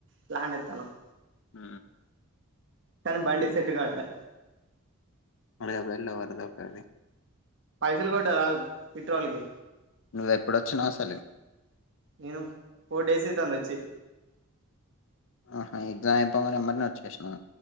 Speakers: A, on the right (about 55°); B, on the left (about 60°).
A: ప్లాన్ ఎత్తానామ్
B: ఆ
A: కానీ బండి సెట్టు కాట్ లే
B: అడిపో ఎలా వరద వకా అది
A: పైసలు కోట్ట రాదు పిట్రోల్ కి
B: నువ్వె రెప్పుడొచ్చినస లే
A: నేను ఫోర్ డేస్ అయితాంది వచ్చి
B: ఆహా ఎగ్జామ్ అయిపోయేగానే ఎమ్మట్ నే వచ్చే షినా